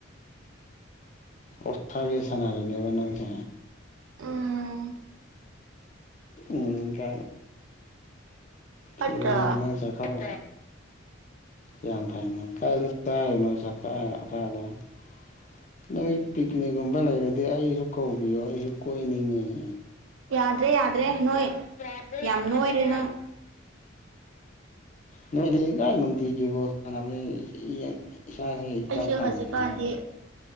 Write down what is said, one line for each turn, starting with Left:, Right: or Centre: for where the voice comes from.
Left: ꯑꯣꯠꯁꯥꯒꯦ ꯁꯅꯔꯦꯅꯦꯕ ꯅꯪꯁꯦ
Right: ꯎꯝ
Left: ꯎꯝ ꯀ
Right: ꯐꯠꯇ꯭ꯔꯥ
Left: ꯊꯕꯣꯅꯪ ꯆ ꯈꯦ <unintelligible> ꯌꯥꯝ ꯐꯩꯅꯦ ꯀꯥꯏꯗ ꯆꯥꯔꯤꯅꯣ ꯆꯀꯥꯀꯥꯗꯣ <unintelligible> ꯅꯣꯏ ꯄꯤꯛꯅꯤꯛꯒꯨꯝꯕ ꯂꯩꯔꯗꯤ ꯑꯩꯁꯨ ꯀꯧꯕꯤꯌꯣ ꯑꯩꯁꯨ ꯀꯣꯏꯅꯤꯡꯉꯤ
Right: ꯌꯥꯗ꯭ꯔꯦ ꯌꯥꯗ꯭ꯔꯦ ꯅꯣꯏ
Left: ꯌꯥꯗ꯭ꯔ‌ꯦ
Right: ꯌꯥꯝ
Left: ꯌꯥꯗ꯭ꯔ‌ꯦ
Right: ꯅꯣꯏꯔꯦ
Left: ꯅꯣꯏ
Right: ꯅꯪ
Left: ꯅꯣꯏꯗꯤ ꯀ <unintelligible> ꯅꯨꯡꯇꯒꯤ ꯕꫭꯜ ꯁꯥꯟꯅ <unintelligible> ꯁ ꯍꯛꯇ
Right: ꯑꯩꯁꯦ
Left: ꯀꯉꯅ
Right: ꯍꯧꯖꯤꯛꯀꯥꯟꯗꯤ
Left: <unintelligible>